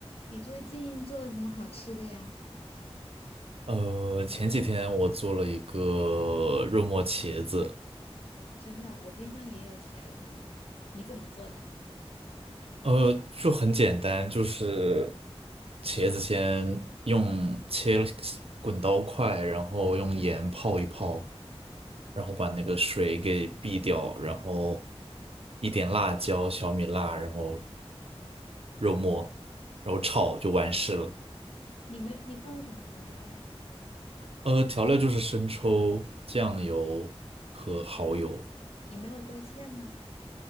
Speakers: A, on the left (about 65°); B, on the right (about 65°).
A: 你最近做了什么好吃的呀？
B: 呃，前几天我做了一个肉末茄子，
A: 真的，我冰箱也有茄子，你你怎么做的？
B: 呃，就很简单，就是茄子先用切了滚刀块，然后用盐泡一泡，然后把那个水给避掉，然后一点辣椒、小米辣，然后肉末，然后炒就完事了。
A: 你没有，你放了什么调料呀？
B: 呃，调料就是生抽、酱油和蚝油。
A: 你没有勾芡吗？